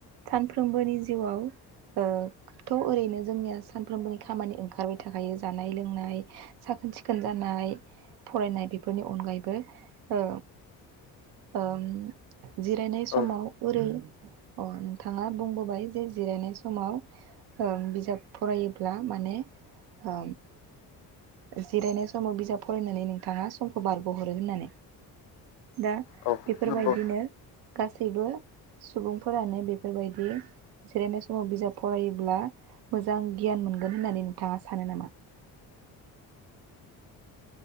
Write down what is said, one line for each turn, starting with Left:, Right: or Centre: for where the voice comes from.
Right: सानफ्रो सानफ्रोमबोनि जिउआव ओ थ' ओरैनो जोंनिया सानफ्रोमबोनि खामानि ओंखारबाय थाखायो जानाय लोंनाय साखोन सिखोन जानाय फरायनाय बेफोरनि अनगायैबो ओ ओ जिरायनाय समाव
Left: औ
Right: ओरै अ नोंथाङा बुंबोबाय जे जिरायनाय समाव ओ बिजाब फरायोब्ला माने ओ जिरायनाय समाव बिजाब फरायनानै नोंथाङा समखौ बारगहरो होननानै दा
Left: औ
Right: बेफोरबायदिनो
Left: नंगौ
Right: गासैबो सुबुंफोरानो बेफोरबायदि जिरायनाय समाव बिजाब फरायोब्ला मोजां गियान मोनगोन होननानै नोंथाङा सानो नामा?